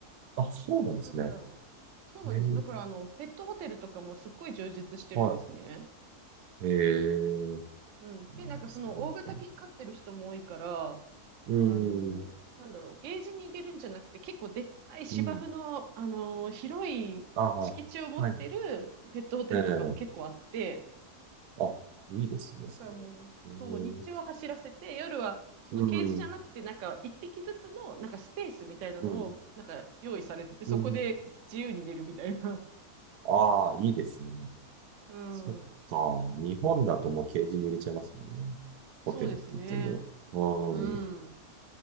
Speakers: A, on the right; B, on the right.
A: あ、そうなんですね。
B: だから、そうなんです。
A: へえ、
B: だから、あの、ペットホテルとかもすっごい充実してるんですね。
A: はい。へえ、
B: うん。
A: あのそうだんたの。
B: で、なんかその大型犬飼ってる人も多いから、
A: うー
B: あのなんだろう、
A: ん、
B: ゲージに入れるんじゃなくて、結構でっかい芝生の、
A: うん。
B: あの広い敷地を持ってるペットホテルとかも結構あって、
A: ああ、はい。ええ、あ、いいですね、
B: だからもう、
A: それは。うーん、
B: そう、日中は走らせて、夜は、そのケージじゃなくて、
A: うん、
B: なんか一匹ずつの、なんかスペースみたいなのを、
A: うん、
B: なんか用意されてて、そこで自由に出るみたいな。
A: うん。ああ、いいですね。
B: <laughs> うん。
A: そっか。日本だともうケージに入れちゃいますもんね。
B: そうですね。
A: ホテルって言っても。う
B: うん。